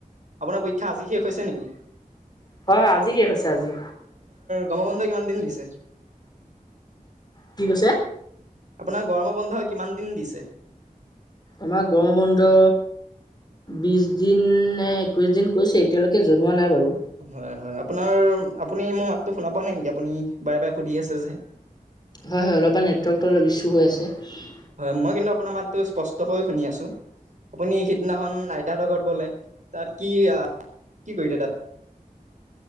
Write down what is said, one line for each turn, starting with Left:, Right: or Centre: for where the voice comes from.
Right: আপোনাৰ পৰীক্ষা আজি শেষ হৈছে নেকি?
Left: হয়-হয় আজি শেষ হৈছে আজি।
Right: গৰম বন্ধ কিমান দিন দিছে
Left: কি কৈছে
Right: আপোনাক, গৰম বন্ধ কিমান দিন দিছে।
Left: আমাৰ গম বন্ধ বিশ দিনে একৈশ দিন কৈছে এতিয়ালৈকে জনোৱা নাই বাৰু
Right: হয় হয় আপোনাৰ আপুনি মোৰ মাতটো শুনা পোৱা নাই নেকি আপুনি বাৰে বাৰে সুধি আছে যে
Left: হয় হয় অলপমান নেটৱৰ্কটো অলপ ইচছ্যু হৈ আছে
Right: হয় মই কিন্তু আপোনাৰ মাতটো স্পষ্টকৈ শুনি আছোঁ আপুনি সিদিনাখন আইতাৰ ঘৰত গ'লে তাত কি আহ কি কৰিছে তাত <inaudible>